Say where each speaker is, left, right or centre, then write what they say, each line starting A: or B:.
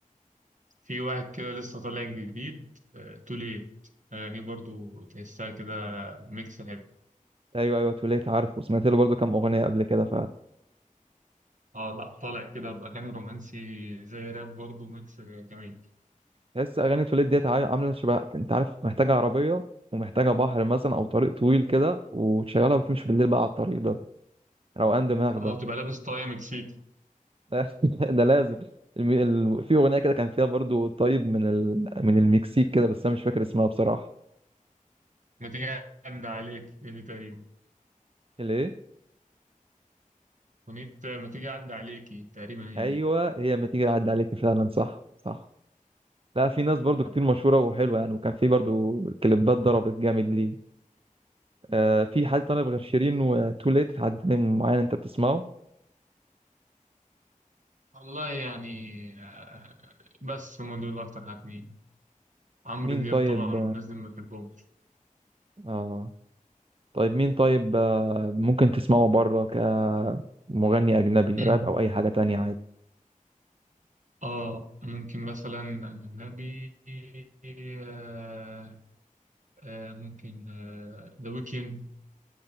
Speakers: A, on the right (about 60°); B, on the right (about 40°).
A: في واحد كده لسه طالع جديد توليت أغانيه برضو تحسها كده ميكس حلو
B: ايوه ايوه توليت عارف وسمعت له برضه كام اغنية قبل كده
A: اه لا طالع كده بأغاني رومانسي زي راب برضو ميكس جميل
B: تحس اغاني توليد ديت عا- عامله شبه انت عارف محتاجه عربيه ومحتاجه بحر مثلا او طريق طويل كده وتشغلها وتمشي بالليل بقى على الطريق ده روقان دماغ ده
A: اه وتبقى لابس طاية مكسيكي
B: <laughs> ده لازم الم... ال... في اغنيه كده كان فيها برضو طيب من ال... من المكسيك كده بس انا مش فاكر اسمها بصراحه
A: ما تيجي أعدي عليك هي دي تقريبا
B: ليه
A: أغنية آه، ما تيجي أعدي عليكي تقريبا هي
B: ايوه
A: دي
B: هي ما تيجي اعدي عليك فعلا صح صح لا في ناس برضو
A: اه
B: كتير مشهوره وحلوه يعني وكان في برضو كليبات ضربت جامد ليه آه في حد طالب غير شيرين وتوليت في حد تاني معين انت بتسمعه
A: والله يعني آه، بس هم دول أكتر حاجتين عمرو
B: مين
A: دياب
B: طيب
A: طبعا والناس دي ما بحبهمش
B: اه طيب مين طيب آه، ممكن تسمعه بره كمغني أجنبي
A: <clears throat>
B: راب أو أي حاجة تانية عادي
A: اه ممكن مثلا أجنبي آه آه ممكن ذا ويكند